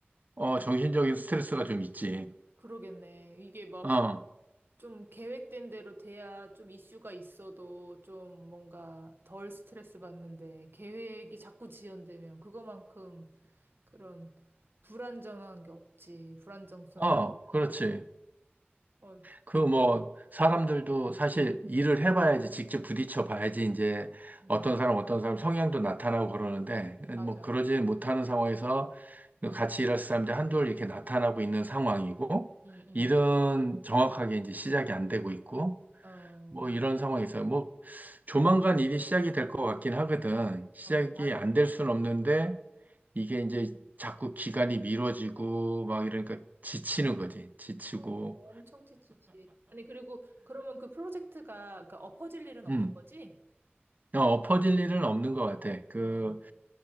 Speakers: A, on the right (about 45°); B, on the right (about 65°).
A: 어, 정신적인 스트레스가 좀 있지.
B: 그러겠네. 이게 막
A: 어,
B: 좀 계획된 대로 돼야 좀 이슈가 있어도 좀 뭔가 덜 스트레스 받는데 계획이 자꾸 지연되면 그거만큼 그런 불안정한 게 없지. 불안정성이
A: 어,
B: 진짜,
A: 그렇지.
B: 어, 어휴,
A: 그 뭐 사람들도 사실 일을 해봐야지 직접 부딪혀 봐야지 이제
B: 음,
A: 어떤 사람 어떤 사람 성향도 나타나고 그러는데
B: 맞아.
A: 뭐 그러지 못하는 상황에서 같이 일할 사람들 한둘 이렇게 나타나고 있는 상황이고
B: 음,
A: 일은 정확하게 이제 시작이 안 되고 있고
B: 음. 어,
A: 뭐 이런 상황에서 뭐 조만간 일이 시작이 될 것 같긴 하거든 시작이
B: 어, 다행이다.
A: 안 될 수는 없는데 이게 이제 자꾸 기간이 미뤄지고 막 이러니까 지치는 거지 지치고
B: 그럼 엄청 지치지. 아니, 그리고 그러면 그 프로젝트가 그러니까 엎어질 일은 없는
A: 음.
B: 거지?
A: 어, 엎어질 일은 없는
B: 어,
A: 것 같아. 그,
B: 어, 어.